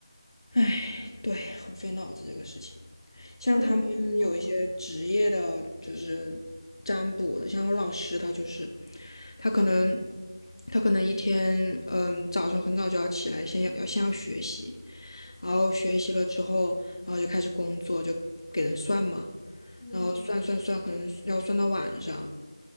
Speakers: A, on the left; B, on the left.
A: 唉，对，很费脑子这个事情。像他们有一些职业的，
B: 我也哦，
A: 就是占卜的，像我老师他就是，他可能他可能一天，嗯，早上很早就要起来，先要要先要学习，然后学习了之后，然后就开始工作，就给人算嘛，
B: 嗯，
A: 然后算算算，可能要算到晚上，